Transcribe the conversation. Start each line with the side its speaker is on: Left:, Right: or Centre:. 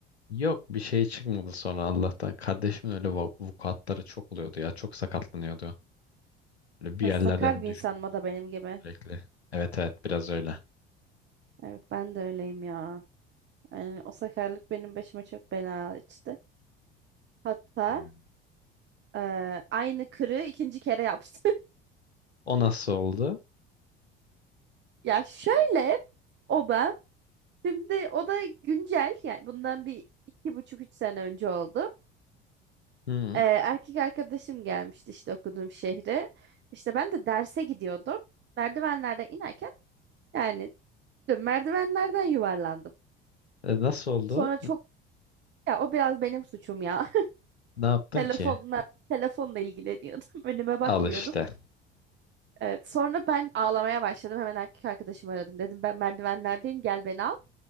Left: Yok bir şey çıkmadı sonra Allah'tan. Kardeşimin öyle va- vukuatları çok oluyordu ya. Çok sakatlanıyordu. Böyle bir
Right: Ha,
Left: yerlerden
Right: sakar bir
Left: düşüyordu
Right: insan mı o da benim gibi?
Left: sürekli. Evet evet biraz öyle.
Right: Evet ben de öyleyim ya. Yani o sakarlık benim başıma çok bela açtı. Hatta
Left: Hmm.
Right: e, aynı kırığı ikinci kere yaptı. <laughs>
Left: O nasıl oldu?
Right: Ya şöyle o da şimdi o da güncel yani bundan bir iki buçuk üç sene önce oldu.
Left: Hı.
Right: Ee, erkek arkadaşım gelmişti işte okuduğum şehre. İşte ben de derse gidiyordum. Merdivenlerden inerken yani merdivenlerden yuvarlandım.
Left: E, nasıl oldu?
Right: Sonra çok
Left: N-
Right: ya o biraz benim suçum ya. <laughs>
Left: Ne yaptın
Right: Telefonla
Left: ki?
Right: telefonla ilgileniyordum. <laughs> Önüme bakmıyordum.
Left: Al işte.
Right: Evet, sonra ben ağlamaya başladım. Hemen erkek arkadaşımı aradım. Dedim ben merdivenlerdeyim gel beni al.